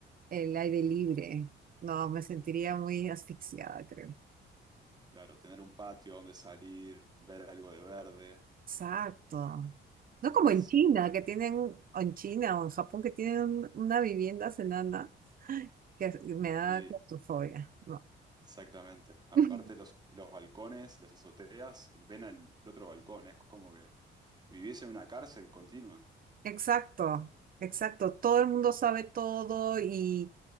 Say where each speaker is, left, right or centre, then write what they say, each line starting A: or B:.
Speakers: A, on the right (about 45°); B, on the right (about 20°).
A: el aire libre. No, me sentiría muy asfixiada, creo.
B: Claro, tener un patio donde salir, ver algo de verde.
A: Exacto. No como
B: Sí,
A: en China, que tienen, o en China o en Japón, que tienen una vivienda enana, que me da
B: sí,
A: claustrofobia. No.
B: exactamente. Aparte
A: <laughs>
B: los, los balcones, las azoteas, ven al otro balcón, es como que viviese en una cárcel continua.
A: Exacto, exacto. Todo el mundo sabe todo y,